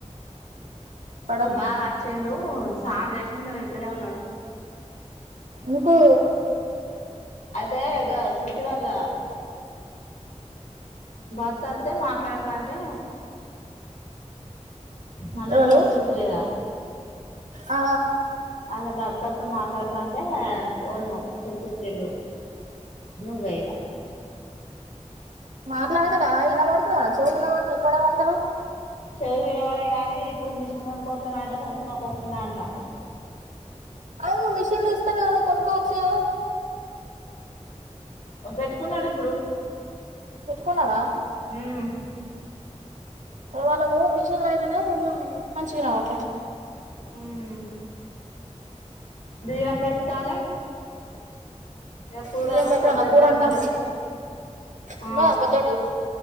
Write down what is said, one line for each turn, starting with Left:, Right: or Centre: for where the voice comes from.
Right: పడదు
Left: బావ అచ్చిండు. స్నానం జేశిండొ ఇంట్లానే ఉండాడు.
Right: నీకు.
Left: అదే ఆగ శృతి వాల. భర్త వత్తే మాట్లాడుతుంటే. మండల్
Right: ఎవలు
Left: రసూల్ పూరేగ
Right: ఆ
Left: వాళ్ల భర్తది. తను మాట్లాడతాంటే ఫోన్ మాట్. తెచ్చిచిండు నువ్వే ఇగ.
Right: మాట్లాడతాడా ఇనబడతదా చెవులు వినవడతలే అంటారు.
Left: చెవులినవడై గాని ఇప్పుడు మిషన్ కొనుక్కోపోనా అంటే కొనుక్కు కొనుక్కున్నా అంటాడు.
Right: అవును మిషన్లు ఇస్తారు కదా కొనుకోవచ్చు గద.
Left: ఆహ్ పెట్టుకున్నడు ఇప్పుడు.
Right: పెట్కుమనా.
Left: మ్మ్
Right: వాళ్ళకు మిషన్లు అయితేనే కొంచెం మంచిగ అంటా.
Left: ఊమ్. బియ్యం పెట్టాలే. ఇగ కూర
Right: బియ్యం
Left: అంటే
Right: పెట్టాన
Left: పొద్దుటిదే
Right: కూర వండన్.
Left: ఉన్నది ఆ
Right: ఉంది కదా పొద్దడిది